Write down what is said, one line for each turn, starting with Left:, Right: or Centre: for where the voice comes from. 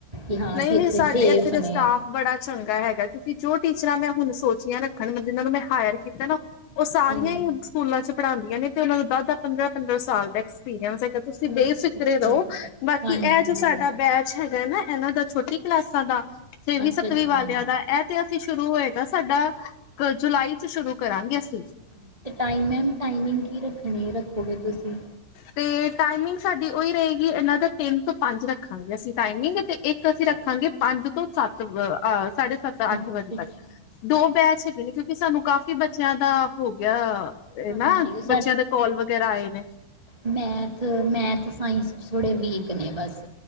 Right: ਕਿ ਹਾਂ
Left: ਨਹੀਂ-
Right: ਅਸੀਂ
Left: ਨਹੀਂ
Right: ਇੱਥੇ
Left: ਸਾਡੇ
Right: ਸੇਫ
Left: ਇੱਥੇ ਦਾ
Right: ਨੇ
Left: ਸਟਾਫ ਬੜਾ ਚੰਗਾ ਹੈ। ਕਿਉਂਕਿ ਜੋ ਟੀਚਰਾਂ ਮੈਂ ਹੁਣ ਸੋਚੀਆਂ ਰੱਖਣ ਮੈਂ ਜਿਨਾਂ ਨੂੰ ਮੈਂ ਹਾਇਰ ਕੀਤਾ ਨਾ ਉਹ
Right: ਜੀ
Left: ਸਾਰੀਆਂ ਹੀ ਸਕੂਲਾਂ ਚ ਪੜ੍ਹਾਦੀਆਂ ਨੇ ਤੇ ਉਹਨਾਂ ਨੂੰ ਦਸ ਦਸ ਪੰਦਰਾਂ ਪੰਦਰਾਂ ਸਾਲ ਦਾ ਐਕਸਪੀਰੀਅੰਸ ਹੈਗਾ ਤੁਸੀਂ ਬੇਫਿਕਰੇ
Right: ਅੱਛਾ-ਅੱਛਾ
Left: ਰਹੋ
Right: ਜੀ
Left: ਬਾਕੀ
Right: ਹਾਂਜੀ
Left: ਇਹ ਜੋ ਸਾਡਾ ਬੈਚ ਹੈਨਾ ਇਹਨਾਂ ਦਾ ਛੋਟੀ ਕਲਾਸਾਂ ਦਾ ਛੇਵੀ
Right: ਅੱਛਾ-ਅੱਛਾ
Left: ਸੱਤਵੀਂ ਵਾਲਿਆਂ
Right: ਹਾਂਜੀ
Left: ਦਾ ਇਹ ਤੇ ਸ਼ੁਰੂ ਹੋਏਗਾ ਸਾਡਾ ਜੁਲਾਈ ਚ ਸ਼ੁਰੂ ਕਰਾਂਗੇ ਅਸੀਂ
Right: ਹਾਂ ਟੈਮ ਮੈਮ ਟਾਮਿੰਗ ਕੀ ਰੱਖਣੀ ਐ ਹੋਵੇ ਤੁਸੀਂ
Left: ਤੇ ਟਾਈਮਿੰਗ ਸਾਡੀ ਉਹੀ ਰਹੇਗੀ, ਇਹਨਾਂ ਦਾ ਤਿੰਨ ਤੋਂ ਪੰਜ ਰੱਖਾਂਗੇਅਸੀਂ ਟਾਈਮਿੰਗ। ਤੇ
Right: ਅੱਛਾ-ਅੱਛਾ
Left: ਇੱਕ ਅਸੀਂ ਰੱਖਾਂਗੇ ਪੰਜ ਤੋਂ ਸੱਤ ਹ ਸਾਢੇ ਸੱਤ ਅੱਠ
Right: ਅੱਛਾ-ਅੱਛਾ,
Left: ਵਜੇ ਤੱਕ ਦੋ ਬੈਚ ਹੈਗੇ ਨੇ ਸਾ ਤੇ ਸਾਨੂੰ ਕਾਫੀ ਬੱਚਿਆਂ ਦਾ ਹੋ ਗਿਆ। ਇਹ
Right: ਹਾਂਜੀ
Left: ਨਾ ਬੱਚਿਆਂ ਦੇ ਕੌਲ ਵਗੈਰਾ ਆਏ ਨੇ।
Right: ਮੈਥ-ਮੈਥ, ਸਾਇੰਸ ਥੋੜੇ ਵੀਕ ਨੇ ਬਸ